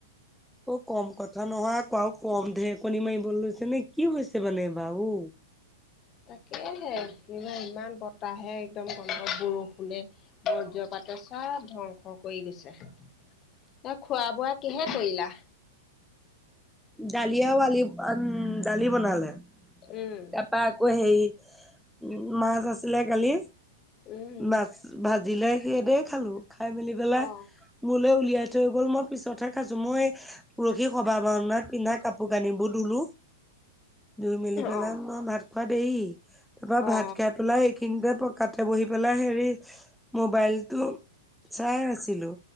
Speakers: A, in the centre; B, on the left (about 30°).
A: অ কম কথা নহয় আ ক কম ঢেৰেকণী মাৰিব লৈছে নে কি হৈছে মানে এইবাৰ অ
B: তাকে হে এইবাৰ ইমান বতাহে একদম বৰষুণে বজ্ৰপাতে চব ধ্বংস কৰি গৈছে এ খোৱা বোৱা কিহে কৰিলা
A: দালি আৰু আলি উম দালি বনালে।
B: উম
A: তাপা আকৌ হেই উম মাছ আছিলে কালি
B: উম
A: মাছ ভাজিলে সেই দিয়ে খালো খাই মেলি পেলাই
B: অ
A: মোলে উলিয়াই থৈ গ'ল মই পিছতহে খাইছো মই পুৰহি সভা ভাওঁনাত পিন্ধা কাপোৰ কানিবোৰ ধুলো ধুই মেলি পেলাই
B: অ
A: মই ভাত খোৱা দেৰি তাপা
B: অ
A: ভাত খাই পেলাই এইখিনিতে পকাতে বহি পেলাই হেৰি মোবাইলটো চাই আছিলো